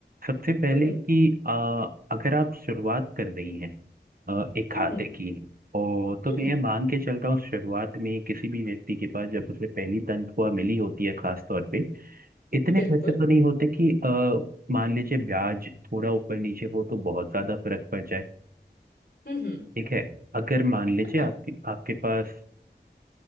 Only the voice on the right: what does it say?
सबसे पहले
कि अ, अगर आप शुरुआत कर रही हैं अ, एक खाते
की और तो
मैं ये मान के चल रहा हूँ शुरुआत में किसी भी व्यक्ति के पास जब उसे पहली तनख्वाह मिली होती है खास तौर पे इतने
पैसे तो नहीं होते कि अ, मान लीजिए ब्याज थोड़ा ऊपर नीचे हो तो बहुत ज्यादा फर्क पड़ जाए
ठीक है अगर मान लीजिए
आपके आपके पास